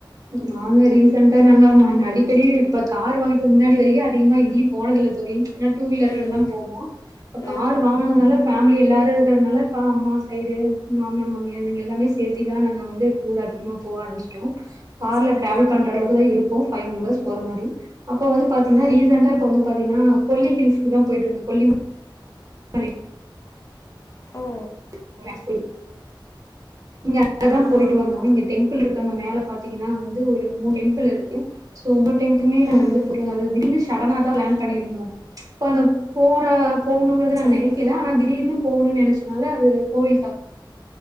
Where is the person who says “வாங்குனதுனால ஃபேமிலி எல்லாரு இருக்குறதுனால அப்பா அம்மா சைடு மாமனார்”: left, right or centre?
Right